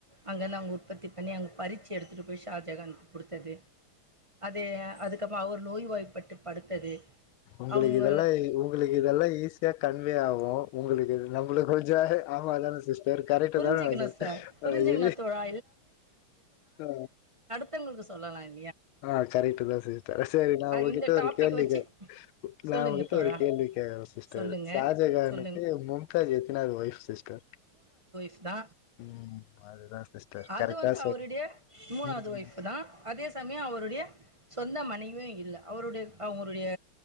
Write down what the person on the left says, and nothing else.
உங்களுக்கு
இதெல்லா உங்களுக்கு இதெல்லா ஈஸியா கன்வே ஆவும் உங்களுக்கு நம்மள கொஞ்சோ ஆமா தான சிஸ்டர் கரெக்ட்
தான நா சொல்ட்டு
அ இ
ஆ
ஆ கரெக்ட்டு தான் சிஸ்டர் செரி நா உங்ககிட்ட
ஒரு
கேள்வி
கே
நான் உங்கிட்ட
ஒரு கேள்வி கேக்கற சிஸ்டர்
ஷாஜகானுக்கு
மும் த்தாஜ் எத்தனாவது வைஃப் சிஸ்டர்
ம் அதுதா சிஸ்டர்
கரெக்டா
சொல்
ம்